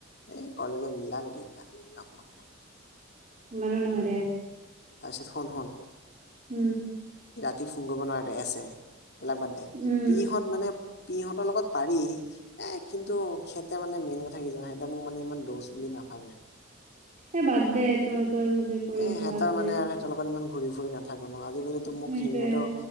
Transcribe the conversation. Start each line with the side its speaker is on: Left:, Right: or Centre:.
Left: এই কলেজৰ বিলা গোটেইকেটা এনে কাম বন নাইকিয়া
Right: ইমানো নহয় দে।
Left: পাইচিত খন হল
Right: উম
Left: পি ফোন কৰিব নোৱাৰে তাই ছে এইবিলাক বাদ দে
Right: উম,
Left: পিহঁত মানে - পিহঁতৰ লগত পাৰি এ কিন্তু সিহঁতে মানে মেইন কথা কি জানা সিহতে মোক মানে ইমান দৌচ বুলি না - নাভাবে
Right: এ বাদ দে তই তই হেবিলাক
Left: এ
Right: কৰি
Left: সিহঁতৰ
Right: লাভ
Left: মানে
Right: নাই -
Left: আৰু সিহঁতৰ লগত ইমান ঘূৰি ফুৰি নাথাকো ন আজিকালিতো মোক
Right: সেইটোয়ে
Left: হেৰিহঁতেও